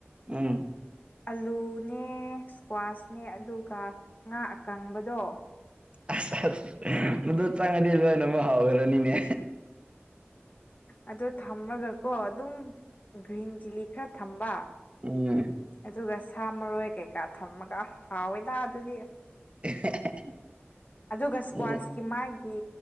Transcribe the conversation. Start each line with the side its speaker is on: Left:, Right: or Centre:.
Right: ꯎꯝ
Left: ꯑꯂꯨꯅꯦ ꯏꯁꯀ꯭ꯋꯥꯁꯅꯦ ꯑꯗꯨꯒ ꯉꯥ ꯑꯀꯪꯕꯗꯣ
Right: ꯑꯁ ꯑꯁ ꯃꯗꯨ ꯆꯪꯉꯗꯤ ꯂꯣꯏꯅꯃꯛ ꯍꯥꯎꯈ꯭ꯔꯅꯤꯅꯦ
Left: ꯑꯗꯨ ꯊꯝꯃꯒꯀꯣ ꯑꯗꯨꯝ ꯒ꯭ꯔꯤꯟ ꯆꯤꯂꯤ ꯈꯔ ꯊꯝꯕ
Right: ꯎꯝ
Left: ꯑꯗꯨꯒ ꯁꯥ ꯃꯔꯣꯏ ꯀꯩꯀꯥ ꯊꯝꯃꯒ ꯍꯥꯎꯋꯤꯗ ꯑꯗꯨꯗꯤ
Right: <unintelligible>
Left: ꯑꯗꯨꯒ ꯏꯁ꯭ꯀ꯭ꯋꯥꯁꯀꯤ
Right: ꯎꯝ
Left: ꯃꯥꯒꯤ